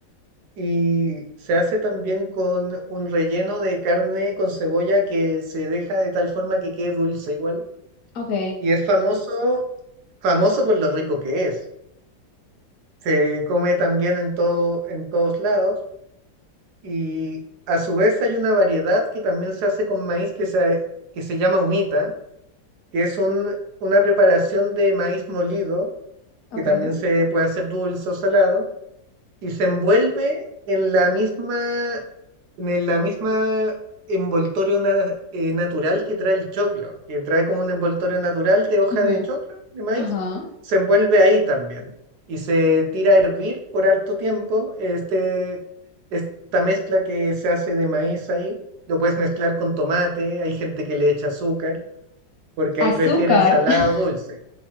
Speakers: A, on the right; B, on the left.
A: y se hace también con un relleno de carne con cebolla que se deja de tal forma que quede dulce igual.
B: Ok,
A: Y es famoso, famoso por lo rico que es. Se come también en todo, en todos lados. Y a su vez hay una variedad que también se hace con maíz que se, que se llama humita, que es un, una preparación de maíz molido,
B: ok.
A: que también se puede hacer dulce o salado, y se envuelve en la misma en la misma envoltorio na- eh, natural que trae el choclo, que trae como un envoltorio natural de hoja
B: Ujú,
A: de choclo, de maíz,
B: Ajá.
A: se envuelve ahí también y se tira a hervir por harto tiempo. Este, esta mezcla que se hace de maíz ahí, lo puedes mezclar con tomate, hay gente que le echa azúcar, porque
B: Azúcar.
A: ahí prefieren salado
B: <laughs>
A: o dulce.